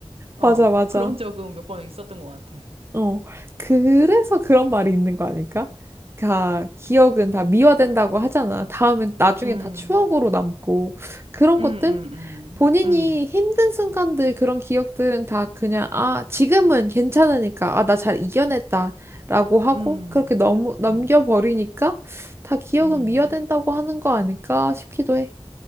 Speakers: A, on the right (about 65°); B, on the right (about 25°).
A: 어,
B: 맞아, 맞아.
A: 그런 적은 몇 번 있었던 것 같아.
B: 어, 그래서 그런 말이 있는 거 아닐까? 다 기억은 다 미화된다고 하잖아. 다음엔 나중엔
A: 음,
B: 다 추억으로 남고 그런
A: 음,
B: 것들?
A: 음,
B: 본인이
A: 음, 음,
B: 힘든 순간들 그런 기억들은 다 그냥 아, 지금은 괜찮으니까 아, 나 잘 이겨냈다라고 하고
A: 음,
B: 그렇게 너무 넘겨버리니까
A: 음,
B: 다 기억은
A: 음.
B: 미화된다고 하는 거 아닐까 싶기도 해.